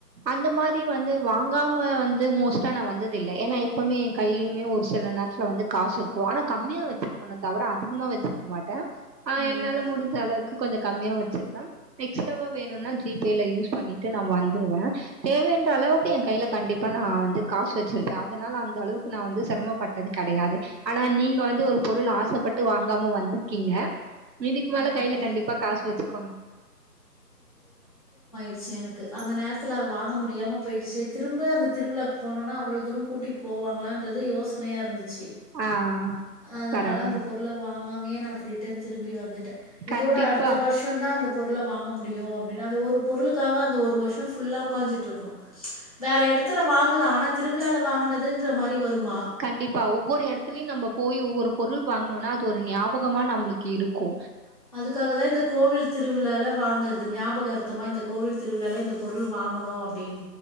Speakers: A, on the right; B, on the left.
A: அந்த மாரி வந்து வாங்காம வந்து மோஸ்ட்டா நா வந்தது இல்ல. ஏன்னா எப்பவுமே எ கைலயுமே ஒரு சில நேரத்துல வந்து காசு இருக்கு. ஆனா கம்மியா வச்சிருப்பனே தவிர அதிகமா வெச்சிருக்க மாட்டே ஆஹ்
B: ம்
A: என்னால முடிஞ்ச அளவுக்கு கொஞ்சொ கம்மியா வெச்சிருந்தாலும் எக்ஸ்ட்ராவா வேணுனா ஜி பேல யூஸ் பண்ணிட்டு நா வந் துருவ தேவைன்ற அளவுக்கு எ கைல கண்டிப்பா நா வந்து காசு வெச்சிருக்கே. அதனால அந்த அளவுக் நா வந்து செரமப்பட்டது கெடையாது. ஆனா நீங்க வந்து ஒரு பொருள் ஆசப்பட் டு வாங்காம வந்திருக்கீங்க. இதுக்கு மேல
B: ஆமாப்பா
A: கைல கண்டிப்பா காசு வெச்சுக்கோங்க
B: ட்ச்சு எனக்கு. அந்த நேரத்துல அத வாங்க முடியாம போயிடுச்சு. திரும்ப அந்த திருவிழாக்கு போனுனா அவ்ளோ தூரொ கூட்டிட்டு போவாங்களான்றது யோச் சணையா இருந்துச்சு.
A: ஆ
B: அதனால
A: பரவால்
B: அந்த பொருள வாங் காமயே நா ரிட்டன் திரும்பி வந்துட் ட்டே. இதோட
A: கண்டிப்பா
B: அடுத்த வருஷொ தா அந்த பொருள வாங் க முடியு அப்டின்னு. அந்த ஒரு பொருளுக்காக அந்த ஒரு வருஷொ ஃபுல்லா உக்காஞ்சிட்டு இருக்கனு வேற எடத்துல வாங்கலா ஆனா திருவிழால வாங்குனுதுன்ற மாரி வருமா?
A: கண்டிப்பா ஒவ்வொரு எடத்துலயு நம்ம போய் ஒவ்வொருப் பொருள் வாங்கனுனா அது ஒரு ஞாபகமா நம்புளுக்கு இருக்கு
B: அதுக்காக தா இந்த கோவில் திருவிழால வாங்கறது ஞாபகார்த்தமா இந்த கோவில் திருவிழால இந்த பொருள் வாங்கணு அப்டின்